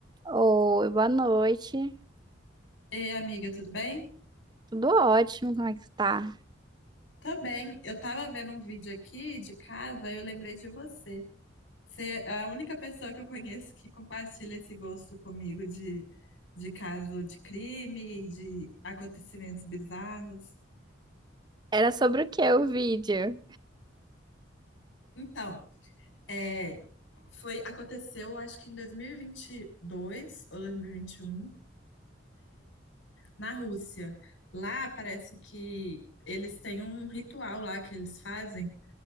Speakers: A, on the right; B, on the left.
A: Oi, boa noite.
B: Ei, amiga, tudo bem?
A: Tudo ótimo, como é que você tá?
B: Tô bem. Eu tava vendo um vídeo aqui de casa e eu lembrei de você. Você é a única pessoa que eu conheço que compartilha esse gosto comigo de, de caso de crime, de acontecimentos bizarros.
A: Era sobre o que o vídeo?
B: Então, é, foi, aconteceu, acho que em 2022 ou 2021, na Rússia. Lá parece que eles têm um ritual lá que eles fazem